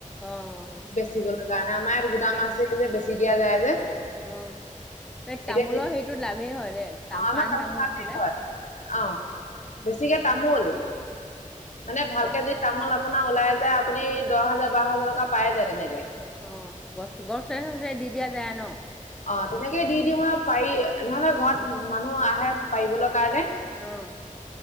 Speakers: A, in the centre; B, on the left (about 60°).
A: অ'
B: বেচি গলে কাৰণে আমাৰ ইয়াত গুদাম আছে যে বেচি দিয়া যায় যে।
A: অ, এই তামোলৰ
B: এতিয়া
A: সেইটো লাভেই হয়। তাম,
B: আমাৰ
A: পান
B: তামোল
A: তামছিলিল
B: পালেই হয়
A: উ।
B: অ বেছিকে তামোল মানে ভালকে
A: গছ
B: যদি তামোল আপোনাৰ ওলাই যায় আপুনি দহ হাজাৰ, বাৰ হাজাৰ টকা পায়ে যায় তেনেকে।
A: অ, গছ, গছ, চ, দি, দিয়া যায় ন।
B: অ, তেনেকৈ দি দিওঁ মই পাৰি নহ'লে, ঘৰত মানুহ আহে, পাৰিবলৈ কাৰণে।
A: অহ।